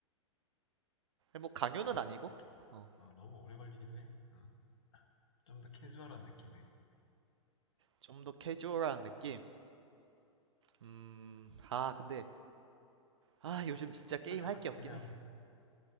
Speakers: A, on the right; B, on the left.
A: 뭐 강요는
B: 그건,
A: 아니고 어,
B: 어, 너무 오래 걸리기도 해. 어, 좀 더 캐주얼한 느낌의.
A: 좀 더 캐주얼한 느낌. 음, 아 근데 아 요즘 진짜 게임
B: 사실,
A: 할
B: 하,
A: 게 없긴
B: 그냥,
A: 해.